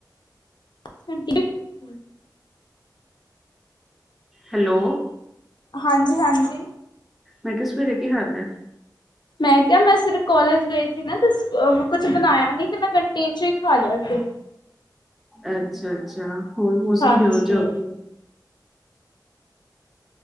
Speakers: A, on the left (about 75°); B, in the centre.
A: <unintelligible>
B: ਹੈਲੋ।
A: ਹਾਂਜੀ, ਹਾਂਜੀ।
B: ਮੈਂ ਕੇਆ ਸਵੇਰੇ ਕੀ ਖਾਦਾ?
A: ਮੈਂ ਕੇਆ ਮੈਂ ਸੇਰੇ ਕੋਲੇਜ ਗਈ ਸੀ ਨਾ ਤੇ, ਕੁਛ ਬਣਾਇਆ ਨੀ ਤੇ ਮੈਂ ਕੰਟੀਨ ਚੋ ਈ ਖਾ ਲੇਆ ਸੀ। <inaudible>
B: ਅੱਛਾ, ਅੱਛਾ ਹੋਰ ਮੌਸਮ
A: ਹਾਂਜੀ
B: ਕਿਉਂ ਜਾ ਓਥੇ?